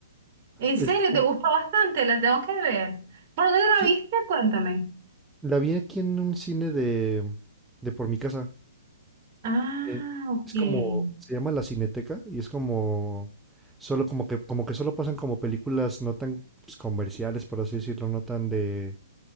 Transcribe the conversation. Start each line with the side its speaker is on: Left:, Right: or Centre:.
Right: ¿En
Centre: Es
Right: serio?
Centre: como-
Right: ¿Te gusta bastante? La tengo que ver. ¿Por dónde
Centre: sí,
Right: la viste? Cuéntame.
Centre: la vi aquí en un cine de, de por mi casa.
Right: Ah,
Centre: eh,
Right: ok.
Centre: es como, se llama La Cineteca y es como, solo como que, como que solo pasan como películas no tan pues, comerciales, por así decirlo, no tan de,